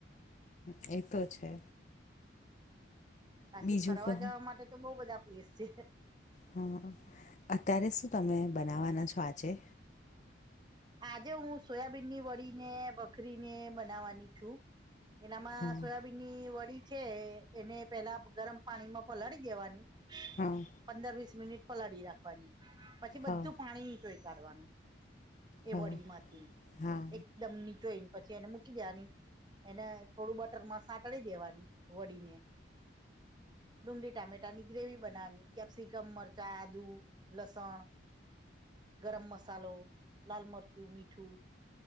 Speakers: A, on the left; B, on the right.
A: હ એ તો છે.
B: બાકી
A: બીજું
B: ફરવા
A: કહો
B: જવા માટે તો બઉ બધા પ્લેસ છે.
A: હા અત્યારે શું તમે બનાવવાના છો આજે.
B: આજે હું સોયાબીનની વળી ને બખરીને બનાવવાની છું. એનામાં
A: હા
B: સોયાબી. ની વડી છે એને પેલા ગરમ પાણી માં પલાળી દેવાની.
A: હા.
B: પંદર વીસ મિનિટ પલાળી રાખવાની પછી
A: હા
B: બધું પાણી નીચોય કાઢવાનું. એ
A: હા
B: વડી માંથી
A: હા
B: એકદમ નીચો એ પછી એને મૂકી દેવાની. એને થોડું બટર માં સાતળી દેવાની વડીને. ડુંગળી ટામેટા ની ગ્રેવી બનાવાની કેપ્સિકમ મરચા આદુ. લસણ, ગરમ મસાલો, લાલ મરચું, મીઠું